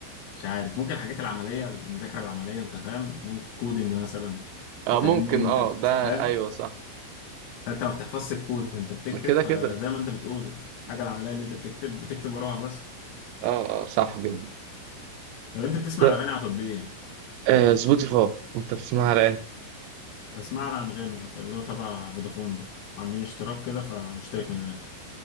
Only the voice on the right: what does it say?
آه، ممكن
اه
ده ايوه صح
كده
كده
اه اه صح جدا
ف-
آه سبوتيفاي انت بتسمعها على ايه